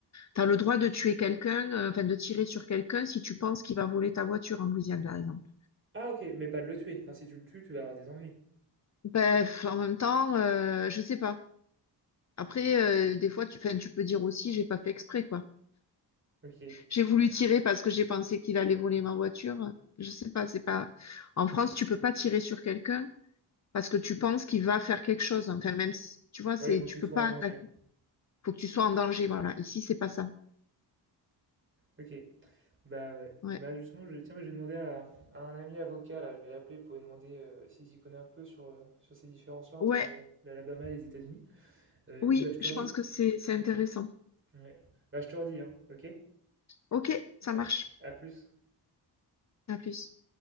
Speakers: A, on the left; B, on the right.
A: T'as le droit de tuer quelqu'un, euh, enfin, de tirer sur quelqu'un si tu penses qu'il va voler ta voiture en Louisiane, par exemple.
B: Ah ok, mais pas de le tuer. Enfin, si tu le tues, tu vas avoir des ennuis.
A: Bref, en même temps, euh, je sais pas. Après, euh, des fois, tu, enfin, tu peux dire aussi, j'ai pas fait exprès, quoi.
B: Ok.
A: J'ai voulu
B: Ouais,
A: tirer parce que j'ai pensé qu'il allait voler ma voiture. Je sais pas, c'est pas. En France, tu peux pas tirer sur quelqu'un parce que tu penses qu'il va faire quelque chose. Enfin, même si, tu vois, c'est,
B: ouais, il faut que
A: tu
B: tu
A: peux
B: sois
A: pas.
B: en danger.
A: attaquer. Faut que tu sois en danger. Voilà. Ici, c'est pas ça.
B: Ok. Bah ouais.
A: Ouais.
B: Bah justement, je, tiens, moi, j'ai demandé à, à un ami avocat, là, je vais l'appeler pour lui demander euh, s'il s'y connaît un peu sur, euh, sur ces différences-là entre
A: Ouais.
B: euh, l'Alabama et les États-Unis. Euh, et
A: Oui,
B: puis bah je te
A: je
B: redis.
A: pense que c'est, c'est intéressant.
B: Ouais. Bah, je te redis, hein, ok?
A: Ok, ça
B: Ouais.
A: marche.
B: À plus.
A: À plus.